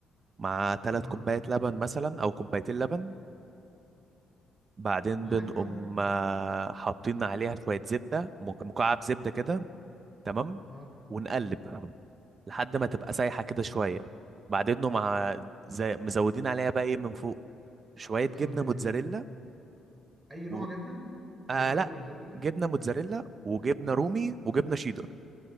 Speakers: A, on the right (about 40°); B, on the right (about 25°).
A: مع ثلاث
B: اه
A: كوبايات لبن مثلا او كوبايتين لبن بعدين
B: معاك
A: بنقوم
B: كمل
A: آه، حاطين عليها شوية زبدة مك- مكعب زبدة كده تمام
B: اه
A: ونقلب لحد ما تبقى سايحة كده شوية بعدين نقوم مع زي مزودين عليها بقى ايه من فوق شوية جبنة
B: مزودين
A: موتزاريلا
B: ايه اي نوع
A: و...
B: جبنه
A: آه
B: اي نوع
A: لا
B: جبنه موتزاريلا
A: جبنة موتزاريلا وجبنة رومي وجبنة شيدر